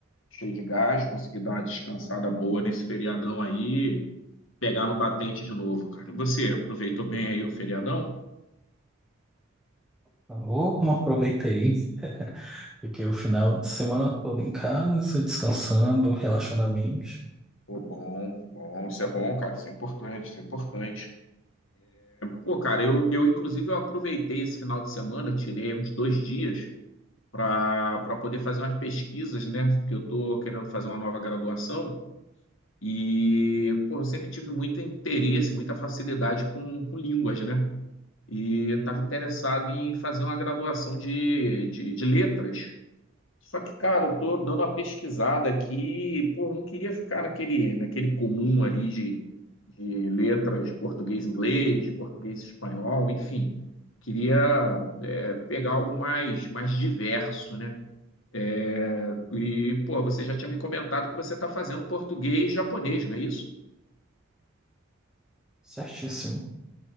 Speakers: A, on the left; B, in the centre.
A: Cheio de gás, consegui dar uma descansada boa nesse feriadão aí, pegar no batente de novo, cara. E Você aproveitou bem aí o feriadão?
B: Tá louco, não aproveitei. Fiquei o final de semana todo em casa, descansando, relaxando a mente.
A: Pô, bom, bom, isso é bom, cara, isso é importante, isso é importante. Pô, cara, eu, eu inclusive eu aproveitei esse final de semana, eu tirei uns dois dias para poder fazer umas pesquisas, né? Porque eu estou querendo fazer uma nova graduação e, pô, eu sempre tive muito interesse, muita facilidade com, com línguas, né? E eu estava interessado em fazer uma graduação de, de, de letras. Só que, cara, eu estou dando uma pesquisada aqui, e, pô, eu não queria ficar naquele, naquele comum ali de, de letras português-inglês, português-espanhol, enfim. Queria, é, pegar algo mais, mais diverso, né? É, e, pô, você já tinha me comentado que você está fazendo português e japonês, não é isso?
B: Certíssimo.